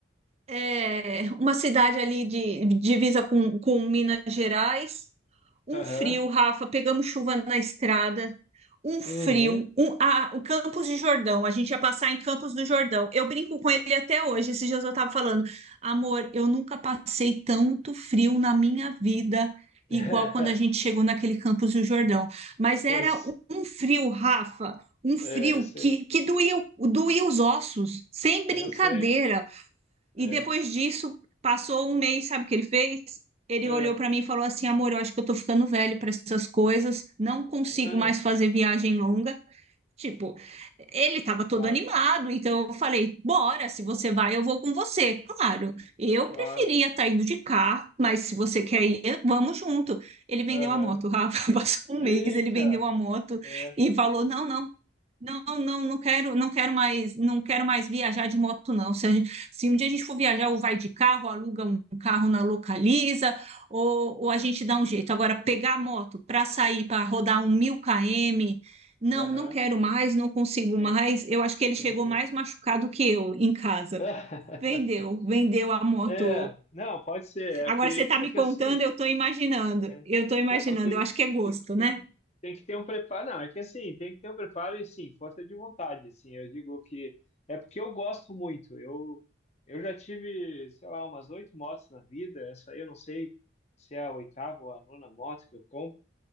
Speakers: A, on the right; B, on the left.
A: é, uma cidade ali de de divisa com, com Minas Gerais. Um
B: Aham,
A: frio, Rafa, pegamos chuva na estrada, um frio,
B: uhum.
A: um, ah, o Campos de Jordão, a gente ia passar em Campos do Jordão. Eu brinco com ele até hoje, esses dias eu estava falando, amor, eu nunca passei tanto frio na minha vida,
B: <laughs>
A: igual quando a gente chegou naquele Campos do Jordão. Mas era
B: Pois,
A: um um frio, Rafa, um frio
B: é, eu sei.
A: que, que doía, o- doía os ossos, sem brincadeira.
B: Eu sei.
A: E
B: É,
A: depois disso, passou um mês, sabe o que ele fez? Ele
B: é,
A: olhou para mim e falou assim: amor, eu acho que eu tô ficando velho para essas coisas, não consigo
B: é,
A: mais fazer viagem longa. Tipo, ele estava todo
B: claro,
A: animado, então eu falei: bora, se você vai, eu vou com você. Claro, eu
B: claro.
A: preferia estar indo de carro, mas se você quer ir, vamos junto. Ele vendeu
B: Aham.
A: a moto, Rafa. <laughs> Passou
B: Eita!
A: um mês, ele vendeu a moto
B: É,
A: e falou: não, não não, não, não quero, não quero mais, não quero mais viajar de moto, não. Se, a gente- se um dia a gente for viajar, ou vai de carro, aluga um carro na Localiza, ou, ou a gente dá um jeito. Agora, pegar a moto para sair, para rodar um mil km, não,
B: aham.
A: não quero mais, não consigo
B: Sim,
A: mais. Eu acho que
B: sim,
A: ele chegou
B: sim.
A: mais machucado que eu em casa.
B: <laughs>
A: Vendeu, vendeu a moto.
B: É, não, pode ser. É
A: Agora
B: que,
A: você está
B: é
A: me
B: que
A: contando,
B: assim,
A: eu estou imaginando,
B: é.
A: eu estou imaginando.
B: não, tem,
A: Eu acho que é gosto,
B: tem que ter
A: né?
B: um, tem que ter um preparo. Não, é que assim, tem que ter um preparo e sim, força de vontade. Assim, eu digo que é porque eu gosto muito. Eu, eu já tive, sei lá, umas oito motos na vida. Essa aí eu não sei se é a oitava ou a nona moto que eu compro.